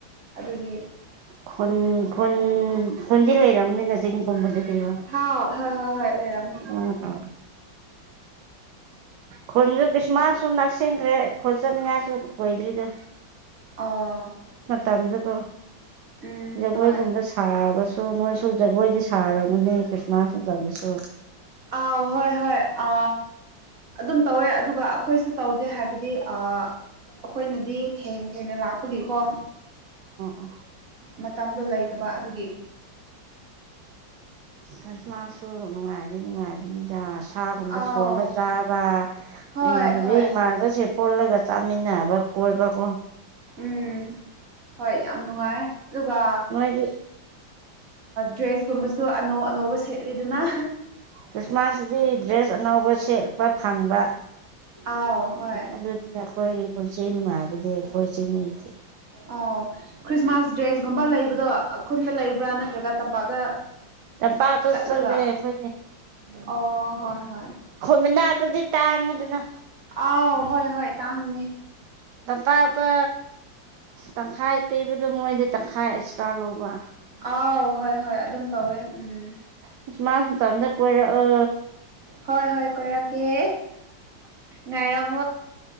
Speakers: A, on the right; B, on the right.
A: ꯑꯗꯨꯒꯤ
B: ꯈꯨ ꯈꯨꯟ ꯈꯨꯣꯟꯗꯤ ꯂꯩꯔꯝꯅꯤ ꯅ ꯆꯤꯡ ꯀꯨꯝꯕꯗꯗꯕ
A: ꯍꯥꯎ ꯍꯣꯏ ꯍꯣꯏ ꯍꯣꯏ ꯂꯩꯔꯝꯃꯦ
B: ꯎꯝ ꯎ ꯈꯨꯟꯁꯨ ꯈ꯭ꯔꯤꯁꯃꯥꯁꯁꯨ ꯅꯛꯁꯤꯟꯈ꯭ꯔꯦ ꯈꯨꯣꯟ ꯆꯠꯅꯤꯡꯉꯥꯏꯁꯨ ꯑꯣꯏꯗ꯭ꯔꯤꯗ
A: ꯑꯥ
B: ꯇꯖꯀꯣ
A: ꯎꯝ
B: ꯖꯒꯣꯏꯒꯨꯝꯕ
A: ꯍꯣꯏ
B: ꯁꯥꯕꯁꯨ ꯅꯣꯏꯁꯨ ꯖꯒꯣꯏꯗꯤ ꯁꯥꯔꯝꯒꯅꯤ ꯈ꯭ꯔꯤꯁꯃꯥꯁ ꯃꯇꯝꯗꯁꯨ
A: ꯑꯥꯎ ꯍꯣꯏ ꯍꯣꯏ ꯑ ꯑꯗꯨꯝ ꯇꯧꯋꯦ ꯑꯗꯨꯒ ꯑꯩꯈꯣꯏꯁꯨ ꯇꯧꯗꯦ ꯍꯥꯏꯕꯗꯤ ꯑꯩꯈꯣꯏꯅꯗꯤ ꯊꯦꯡ ꯊꯦꯡꯅ ꯂꯥꯛꯄꯒꯤꯀꯣ
B: ꯑꯣ
A: ꯃꯇꯝꯗꯣ ꯂꯩꯇꯕ ꯑꯗꯨꯒꯤ
B: ꯀꯁꯃꯁꯨ ꯅꯨꯡꯉꯥꯏꯗꯤꯦ ꯅꯨꯡꯉꯥꯏꯕꯅꯤꯗꯥ ꯁꯥꯒꯨꯝꯕ
A: ꯑꯥꯎ
B: ꯊꯣꯡꯉꯒ ꯆꯥꯕ
A: ꯍꯣꯏ
B: ꯏꯃꯥꯟꯅꯕꯤ
A: ꯍꯣꯏ
B: ꯏꯃꯥꯟꯅꯕꯁꯦ ꯄꯨꯜꯂꯒ ꯆꯥꯃꯤꯟꯅꯕ ꯀꯣꯏꯕ ꯀꯣ
A: ꯎꯝ ꯍꯣꯏ ꯌꯥꯝ ꯅꯨꯡꯉꯥꯏ ꯑꯗꯨꯒ
B: ꯅꯣꯏꯗꯤ
A: ꯗ꯭ꯔꯦꯁꯀꯨꯝꯕꯁꯨ ꯑꯅꯧ ꯑꯅꯧꯕ ꯁꯦꯠꯂꯤꯗꯅ
B: ꯈ꯭ꯔꯤꯁꯃꯥꯁꯇꯗꯤ ꯗ꯭ꯔꯦꯁ ꯑꯅꯧꯕ ꯁꯦꯠꯄ ꯐꯪꯕ
A: ꯑꯥꯎ ꯍꯣꯏ
B: ꯑꯗꯨ ꯀꯣꯏ ꯀꯟꯁ ꯆꯩ ꯅꯨꯅꯨꯡꯉꯕꯗꯤꯦ ꯀꯣꯏ ꯆꯩ ꯃꯜꯗꯦ
A: ꯑꯣ ꯈ꯭ꯔꯤꯁꯃꯥꯁ ꯗ꯭ꯔꯦꯁꯒꯨꯝꯕ ꯂꯩꯕꯗꯣ ꯈꯨꯟꯗ ꯂꯩꯕ꯭ꯔꯥ ꯅꯠꯇ꯭ꯔꯒ ꯇꯝꯄꯥꯛꯇ
B: ꯇ ꯄꯇꯁꯨ
A: ꯆꯠꯂꯒ
B: ꯆꯔꯦ ꯐ
A: ꯑꯣ ꯍꯣꯏ ꯍꯣꯏ
B: ꯑꯗꯨꯗꯤ ꯇꯥꯡꯉꯅꯤꯗꯅ
A: ꯑꯥꯎ ꯍꯣꯏ ꯍꯣꯏ ꯇꯥꯡꯅꯤ
B: ꯂꯝꯄꯥꯛꯇ ꯇꯪꯈꯥꯏ ꯄꯤꯕꯗꯣ ꯃꯣꯏꯗꯤ ꯇꯪꯈꯥꯏ ꯑꯦꯛꯁꯇ꯭ꯔꯥ ꯂꯧꯕ
A: ꯑꯥꯎ ꯍꯣꯏ ꯍꯣꯏ ꯑꯗꯨꯝ ꯇꯧꯋꯦ ꯎꯝ
B: ꯈ꯭ꯔꯤꯁꯃꯥꯁ ꯃꯇꯝꯗ ꯀꯣꯏꯔꯛꯑꯣ
A: ꯍꯣꯏ ꯍꯣꯏ ꯀꯣꯏꯔꯀꯦ ꯅꯥꯏꯔꯝ